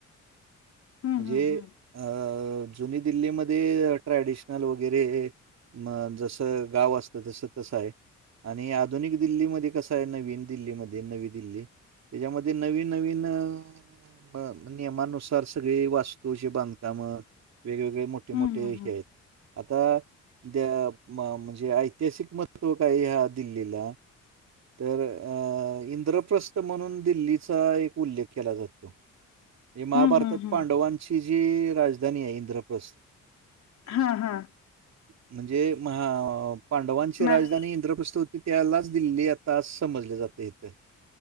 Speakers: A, on the left (about 65°); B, on the right (about 60°).
A: हम्म
B: म्हणजे
A: हम्म
B: अ जुनी दिल्लीमध्ये ट्रॅडिशनल वगैरे मग जसं गाव असत त जसं तसं आहे आणि आधुनिक दिल्लीमध्ये कसं आहे नवीन दिल्लीमध्ये नवी दिल्ली त्याच्यामध्ये नवीन नवीन म नियमानुसार सगळी वास्तू जे बांधकामं वेगवेगळे मोठ ठे
A: हम्म
B: मोठे
A: हम्म हम्म
B: हे आहेत आता दे म म्हणजे आय तिहासिक महत्व काय ह्या दिल्लीला तर अ इंद्रप्रस्थ म्हणून दिल्लीचा एक उल्लेख केला जातो हे महाभारतात
A: हम्म हम्म हम्म हम्म
B: पांडवांची जी राजधानी आहे इंद्रप्रस्
A: हा हा
B: म्हणजे महा पांडवांची
A: म
B: राजधानी इंद्रप्रस्थ होती त्यालाच दिल्ली आत ता समजली जाते इथं